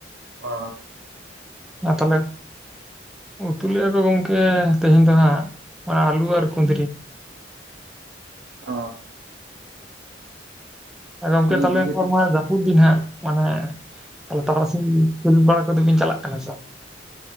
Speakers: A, on the right; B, in the centre.
A: ᱚ ᱾
B: ᱟᱨ ᱛᱟᱦᱚᱞᱮ ᱩᱛᱩ ᱞᱮᱜᱟ ᱠᱚ ᱜᱚᱝᱠᱮ ᱛᱮᱦᱮᱧ ᱫᱚ ᱦᱟᱸᱜ ᱢᱟᱱᱮ ᱟᱞᱩ ᱟᱨ ᱠᱩᱸᱫᱽᱨᱤ
A: ᱚ
B: ᱟᱨ ᱜᱚᱝᱠᱮ
A: ᱛᱟᱦᱚᱞᱮ
B: ᱛᱟᱞᱦᱮ
A: ᱵᱷᱟᱜᱮ
B: ᱱᱮᱛᱟᱨ
A: ᱴᱷᱤᱠ
B: ᱢᱟ ᱦᱟᱸᱜ ᱡᱟᱹᱯᱩᱫ ᱫᱤᱱ ᱦᱟᱸᱜ᱾ ᱢᱟᱱᱮ ᱛᱟᱞᱦᱮ ᱛᱟᱨᱟᱥᱤᱧ ᱠᱷᱮᱞ ᱵᱟᱲᱟ ᱠᱚᱫᱚ ᱵᱤᱱ ᱪᱟᱞᱟᱜ ᱠᱟᱱᱟ ᱥᱮ ᱵᱟᱝ?